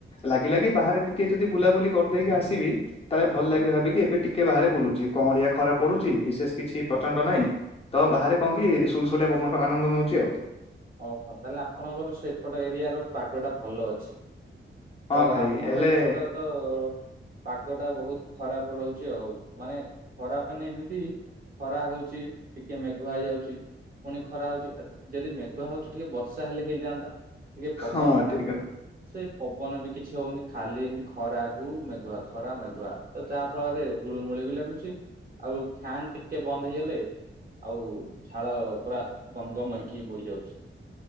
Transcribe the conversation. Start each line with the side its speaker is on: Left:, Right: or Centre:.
Left: ଲାଗିଲାକି ବାହାରେ ଟିକେ ଯଦି ବୁଲାବୁଲି କରିଦେଇକି ଆସିବି ତାହେଲେ ଭଲ
Right: ହୁଁ
Left: ଲାଗିବ ଭାବିକି ଏବେ ଟିକେ ବାହାରେ ବୁଲୁଛି, କଅଁଳିଆ ଖରା ପଡୁଛି ବିଶେଷ କିଛି ପ୍ରଚଣ୍ଡ
Right: ଓହୋ
Left: ନାଇଁ। ତ ବାହାରେ କଣ କିି ସୁଲସୁଲିଆ ପବନର ଆନନ୍ଦ ନେଉଛି ଆଉ।
Right: ଓହୋଃ, ତାହେଲେ ଆପଣଙ୍କର ସେପଟ ଏରିଆର ପାଗଟା ଭଲ ଅଛି।
Left: ହଁ
Right: ତ
Left: ଭାଇ
Right: ଆମର
Left: ହେଲେ
Right: ଏପଟେ ତ ତ ପାଗଟା ବହୁତ ଖରାପ ରହୁଛି ଆଉ, ମାନେ ଖରାପ ମାନେ ଏମିତି ଖରା ହଉଛି ଟିକେ ମେଘୁଆ ହେଇଯାଉଛି ପୁଣି ଖରା ହଉଛି ଯେଦିନ ମେଘ୍ କୁହା ହେଉଛି ଟିକେ ବର୍ଷା ହେଲେ ହେଇଯାଆନ୍ତା ଟିକେ ପବନନ୍ତା
Left: ହଁ ଠିକ କଥା।
Right: ସେଇ ପବନ ବି କିଛି ହଉନି ଖାଲି ଏମିତି ଖରାକୁ ମେଘୁଆ ଖରା ମେଘୁଆ। ତ ଯାହା ଫଳରେ ଗୁଳୁମୁଳି ବି ଲାଗୁଛି ଆଉ ଫ୍ୟାନ୍ ଟିକେ ବନ୍ଦ ହେଇଗଲେ ଆଉ ଝାଳ ପୁରା ଗମଗମ୍ ହେଇକି ବୋହି ଯାଉଛି।